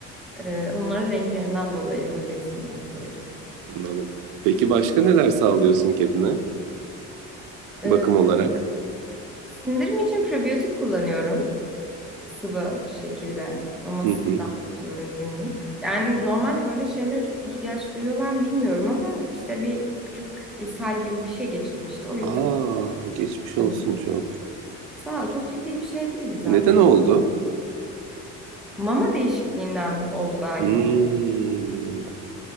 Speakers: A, in the centre; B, on the right.
A: Ee, onların renklerinden dolayı öyle isimler koyduk.
B: Anladım. Peki başka neler sağlıyorsun kedine
A: Ee,
B: bakım olarak?
A: sindirim için probiyotik kullanıyorum. sıvı şekilde mamasından
B: Hı hı.
A: damlatıyorum günlük. Yani normalde böyle şeylere çok ihtiyaç duyuyorlar mı bilmiyorum ama işte bir küçük ishal gibi bir şey geçirmişti. O yüzden
B: Aa, geçmiş
A: hani
B: olsun çok.
A: sağ ol, çok ciddi bir şey değildi zaten.
B: Neden oldu?
A: Mama değişikliğinden oldu galiba.
B: Hmm.